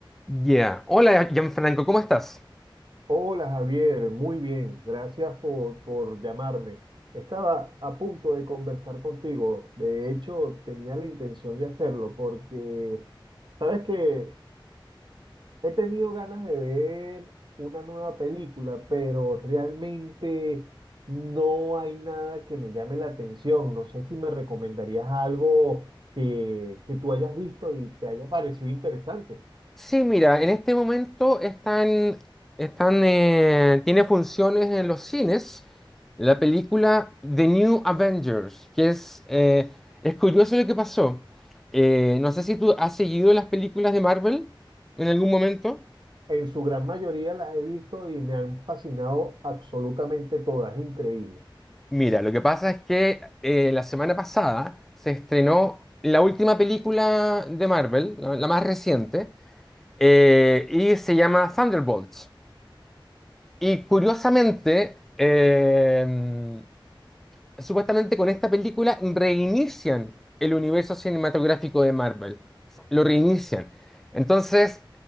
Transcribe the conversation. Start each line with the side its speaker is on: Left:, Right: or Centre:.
Centre: Ya. Hola, Gianfranco, ¿cómo estás?
Right: Hola Javier, muy bien, gracias por, por llamarme. Estaba a punto de conversar contigo, de hecho tenía la intención de hacerlo porque, sabes que he tenido ganas de ver una nueva película, pero realmente no hay nada que me llame la atención. No sé si me recomendarías algo que, que tú hayas visto y te haya parecido interesante.
Centre: Sí, mira, en este momento están, están, eh, tiene funciones en los cines la película The New Avengers, que es, eh, es curioso lo que pasó. Eh, no sé si tú has seguido las películas de Marvel en algún momento.
Right: En su gran mayoría las he visto y me han fascinado absolutamente todas, es increíble.
Centre: Mira, lo que pasa es que eh, la semana pasada se estrenó la última película de Marvel, la, la más reciente, eh, y se llama Thunderbolts. Y curiosamente, eh, supuestamente con esta película reinician el universo cinematográfico de Marvel. Lo reinician. Entonces,